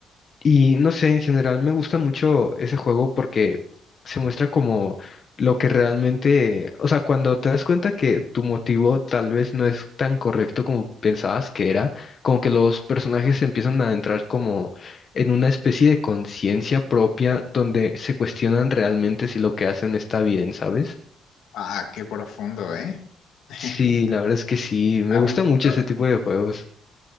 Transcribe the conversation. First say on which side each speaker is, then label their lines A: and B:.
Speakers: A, on the left; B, on the left.
A: Y no sé, en general me gusta mucho ese juego porque se muestra como lo que realmente, o sea, cuando te das cuenta que tu motivo tal vez no es tan correcto como pensabas que era, como que los personajes empiezan a entrar como en una especie de conciencia propia donde se cuestionan realmente si lo que hacen está bien, ¿sabes?
B: Ah, qué profundo, ¿eh? <laughs>
A: Sí, la verdad es que sí, me
B: Amo
A: gusta
B: el
A: mucho
B: Dota.
A: ese tipo de juegos.